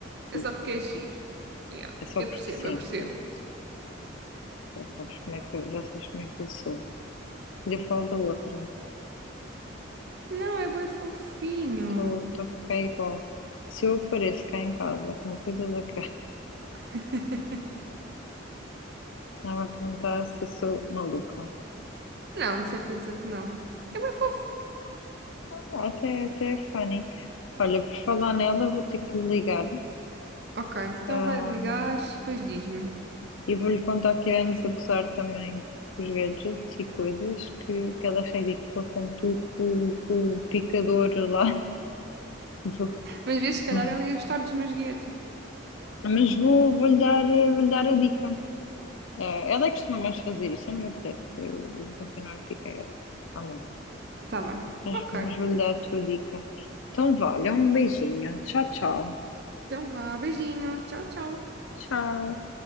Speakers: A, on the right; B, on the left.
A: É
B: tipo,
A: só porque é giro. Yeah,
B: é só
A: eu
B: porque
A: percebo,
B: sim,
A: eu percebo.
B: pronto. Já sabes como é que eu, já sabes como é que eu sou. E eu falo da outra.
A: Não, é bem fofinho.
B: estou a ficar igual. Se eu apareço cá em casa com uma coisa daquela,
A: <laughs>
B: não vai perguntar <laughs> se eu sou maluca.
A: Não, de certeza que não. É bem fofo.
B: Ah, até, até é funny. Olha, por falar nela, vou ter que lhe ligar.
A: Ok, então
B: ahm,
A: vai ligar, depois diz-me.
B: e vou-lhe contar que iremos a gozar também os gadgets e coisas, que, que ela é ridícula como tu, com, com o picador lá. <laughs> do-
A: Mas vês, se calhar
B: do-
A: ela ia gostar dos meus gadgets.
B: Mas vou, vou-lhe dar, eh, vou-lhe dar a dica. Eh, ela é que costuma mais fazer isso, eu não me apetece. Eu vou continuar a picar à mão.
A: Tá bem.
B: Mas,
A: Ok.
B: mas vou-lhe dar a tua dica. Então, vá, olha, um beijinho. Tchau, tchau.
A: Então vá, beijinho. Tchau, tchau.
B: Tchau.